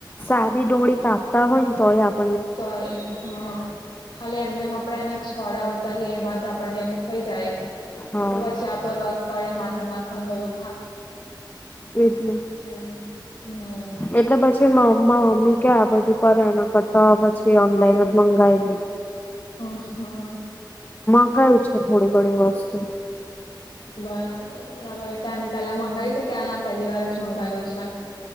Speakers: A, on the left (about 25°); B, on the left (about 80°).
A: સારી ડુંગળી કાપતા હોયને તોય આ
B: તોએ હા. ખાલી એમનેમ આપણે એના છોડા ઉતારીએ એમાં જ આપણને એવું થઈ જાય.
A: હા
B: તો પછી આતો રસ કળી માથામાં નાખવાનો દો દો
A: એટલે.
B: એમ હમ
A: એટલે પછી મમ્મા મમ્મી કે આ બધું કરે એના કરતા પછી ઓનલાઈન જ મંગાઈ દે.
B: હા, હા.
A: ગયું છે થોડી ઘણી વસ્તુ.
B: બરાબર બરાબર એટલે આની પેલા મંગાઈ છે કે આના પેલી વાર જ મંગાયું છે?